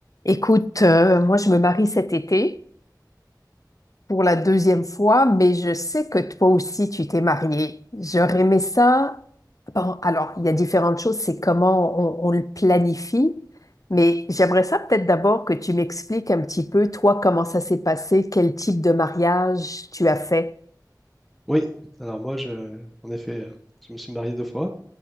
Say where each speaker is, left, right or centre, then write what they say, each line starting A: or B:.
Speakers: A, on the left; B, in the centre.
A: Écoute, euh, moi je me marie cet été pour la deuxième fois, mais je sais que toi aussi tu t'es mariée. J'aurais aimé ça. Bon, alors, il y a différentes choses, c'est comment on, on le planifie, mais j'aimerais ça peut-être d'abord que tu m'expliques un petit peu, toi, comment ça s'est passé, quel type de mariage tu as fait.
B: Oui, alors moi, je, en effet, euh, je me suis marié deux fois